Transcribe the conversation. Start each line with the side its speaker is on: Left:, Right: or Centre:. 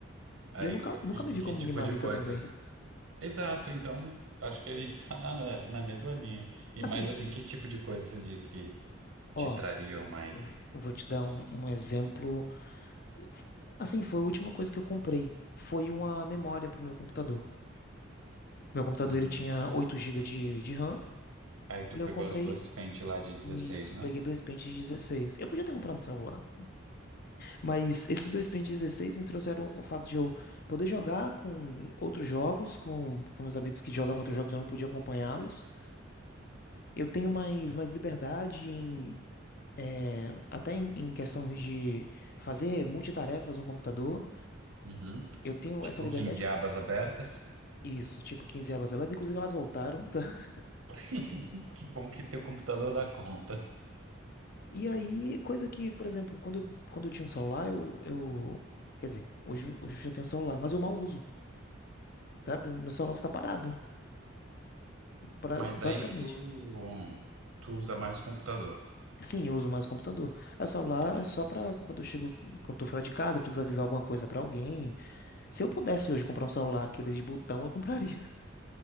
Right: Aí,
Left: E eu nunca, nunca
Right: que,
Left: me vi
Right: que
Left: como
Right: tipo
Left: minimalista
Right: de coisas?
Left: também.
Right: Exato, então acho que a gente tá na, na mesma linha. E
Left: Assim,
Right: mas assim, que tipo de coisa você diz que
Left: ó,
Right: te trariam mais?
Left: eu vou te dar um, um exemplo. F- Assim, foi a última coisa que eu comprei. Foi uma memória pro meu computador. Meu computador,
Right: Uhum.
Left: ele tinha 8 gigas de, de RAM.
Right: Aí tu
Left: E eu
Right: pegou
Left: comprei
Right: os dois pentes lá de dezesseis,
Left: isso.
Right: né?
Left: Peguei dois pentes de dezesseis Eu podia ter comprado no celular. Mas esses dois Pen 16 me trouxeram o fato de eu poder jogar com outros jogos, com, com meus amigos que jogavam outros jogos, eu não podia acompanhá-los. Eu tenho mais, mais liberdade em, eh, até em, em questão de fazer multitarefas no computador.
Right: Uhum.
Left: Eu tenho
Right: Tipo
Left: essa liberdade,
Right: 15 abas abertas.
Left: isso, tipo 15 abas abertas, inclusive elas voltaram, <laughs> tá?
Right: <laughs> Que bom que teu computador dá conta.
Left: E aí, coisa que, por exemplo, quando eu, quando eu tinha um celular, eu, eu, quer dizer, hoje, hoje eu já tenho um celular, mas eu mal uso, sabe? Meu celular fica parado, pra-
Right: Mas
Left: basicamente.
Right: daí tu, tu usa mais o computador.
Left: Sim, eu uso mais o computador. Aí O celular
Right: Entendi.
Left: é só pra quando eu chego, quando eu tô fora de casa, preciso avisar alguma coisa pra alguém. Se eu pudesse hoje comprar um celular, aqueles de botão, eu compraria.